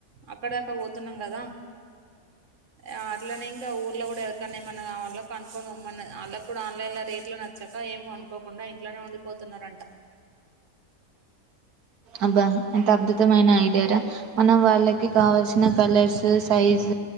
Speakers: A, on the right; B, on the right.
A: అక్కడదాకా పోతున్నాం గదా ఆ అట్లనే ఇంకా ఊర్లో గూడా ఎవరికన్నా ఏమన్నా కావాలో కనుక్కొని పొమ్మనది ఆళ్ళకు కూడా ఆన్లైన్ లో రేట్లు నచ్చ చక్కగా ఏమ్ వండుకోకుండా ఇంట్లోనే ఉండిపోతున్నారంట
B: అబ్బా ఎంత అద్భుతమైన ఐడియారా మనం వాళ్ళకి కావాల్సిన కలర్స్ సైజ్